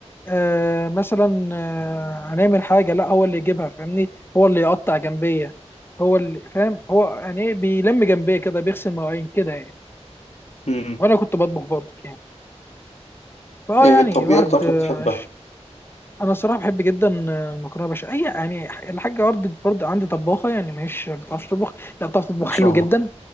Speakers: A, on the left; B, on the left.
A: آه مثلا آه هنعمل حاجة لا هو اللي يجيبها فاهمني هو اللي يقطع جنبية هو اللي فاهم هو يعني ايه بيلم جنبية كده بيغسل مواعين كده يعني
B: امم
A: وانا كنت بطبخ برضه يعني فاه
B: إيه
A: يعني
B: طب
A: الواحد
B: ايه اكتر اكله
A: آه
B: بتحبها
A: ش- انا صراحة بحب جدا آه، المكرونة بشاميل اي يعني الحاجة برضه برضه عندي طباخة يعني مش ما بتعرفش تطبخ لا بتعرف تطبخ
B: ما شاء
A: حلو جدا
B: الله